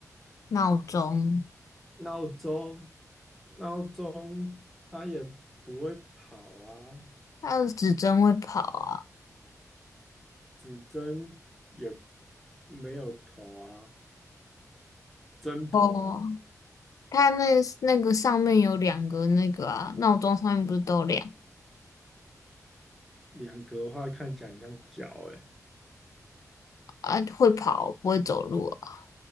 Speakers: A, on the left; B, in the centre.
A: 闹钟，
B: 闹钟，闹钟它也不会跑啊，
A: 它的指针会跑啊。
B: 指针也没有头啊，针头哦
A: 哦，它那那个上面有两个那个啊，闹钟上面不是都有两个
B: 两格的话看起来很像脚诶，
A: 啊？会跑，不会走路啊。